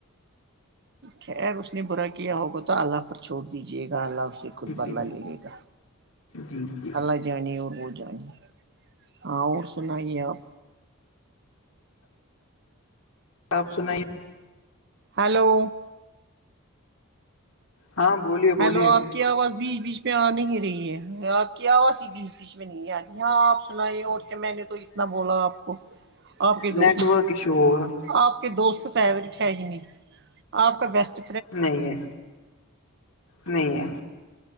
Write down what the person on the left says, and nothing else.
جی
جی جی
آپ سنائیے
ہاں بولیے
بولیے
نیٹ
ورک ایشو ہوگا
نہیں ہے نہیں ہے